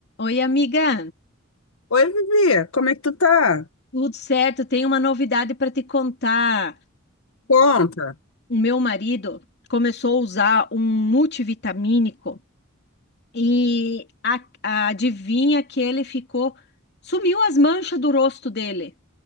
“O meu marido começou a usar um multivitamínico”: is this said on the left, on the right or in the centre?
Left